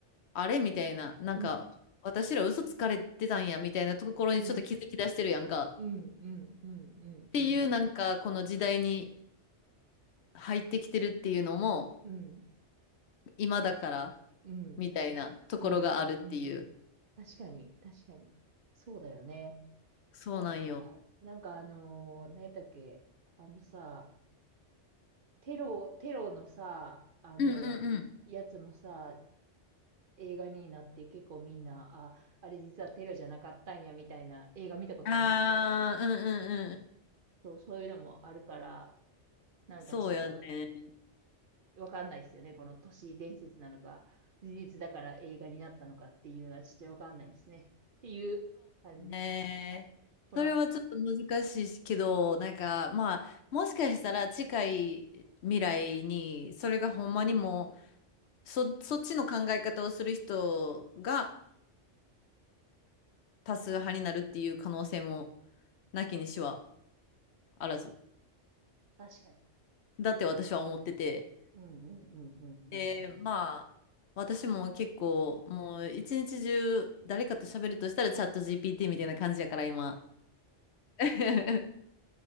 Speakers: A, on the left; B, on the right.
A: あれみたいな、なんか、
B: うん
A: 私ら嘘つかれてたんやみたいなところにちょっと気づき出してるやんか。
B: うん。うんうんうんうんうん
A: っていう、なんか、この時代に入ってきてるっていうのも、
B: うん
A: 今だから、
B: うんうんうんうん
A: みたいなところがあるっていう。
B: 確かに確かにそうだよね
A: そうなんよ。
B: なんかあなんかあのー、何やったっけあのさテロテロのさあの
A: うんうんう
B: やつもさ映画になって結構みんなああれ実はテロじゃなかったんやみたいな映画見たことあります
A: ん。ああ、うんうんうん。
B: そうそういうのもあるからなんかちょっと
A: そうやね。
B: わかんないですよね。この都市伝説なのか、事実だから映画になったのかっていうのはちょっとわかんないですね。っていう感じです。
A: ねえそれはちょっと難しいけど、
B: はい。この、
A: なんかまあ、もしかしたら近い未来に、それがほんまにもう、そ、そっちの考え方をする人が多数派になるっていう可能性もなきにしはあらず。
B: 確かに。
A: だって私は思ってて。
B: うんうんうんうんうんうん。
A: で、まあ、私も結構もう一日中誰かと喋るとしたらチャット GPT みたいな感じやから今。<laughs>